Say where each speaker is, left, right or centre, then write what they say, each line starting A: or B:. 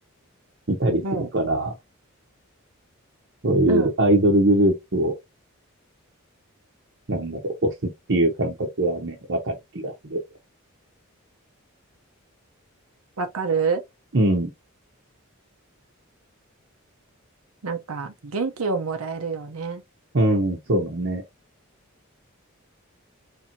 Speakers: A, on the right (about 55°); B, on the right (about 80°).
A: 見たりするから、
B: うん。<laughs> うん。
A: そういうアイドルグループを、
B: うん。
A: なんだろう、押すっていう感覚はね、わかる気がする。
B: わかる
A: うん、
B: なんか元気をもらえるよね。
A: うん、そうだね。